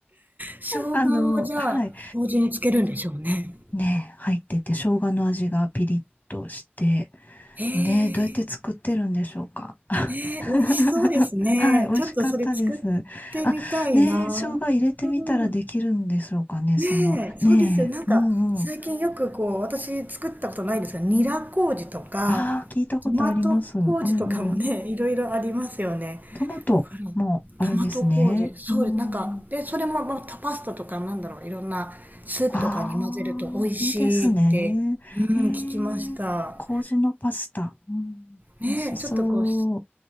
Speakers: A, on the right (about 45°); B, on the left (about 40°).
A: 生姜をじゃあ、
B: あの、はい。
A: 麹につけるんでしょうね。
B: ね、入ってて、生姜の味がピリッとして、
A: へえ
B: で、どうやって作ってるんでしょうか。<laughs>
A: ね、美味しそうですね。
B: はい、美味しかったです。
A: ちょっとそれ作ってみたいな。
B: あ、ねえ、生姜入れてみたらできるんでしょうかね、
A: うん。ねえ、
B: その、
A: そうですよ。
B: ねえ、
A: なんか、
B: うんうん。
A: 最近よくこう、私作ったことないですが、ニラ麹とか、
B: ああ、聞いたことあります。
A: トマト麹とかもね、
B: うんうん。
A: いろいろありますよね。
B: トマトもあるんですね。
A: だからトマト麹、そうです。
B: うん。
A: なんか、で、それも、まあ、パスタとかなんだろう、いろんなスープとかに混ぜると美味しいって、
B: ああ、いいですね。
A: うん、
B: え
A: 聞きました。
B: え、麹のパスタ。うん、
A: ねえ、
B: 美味しそう。
A: ちょっとこう、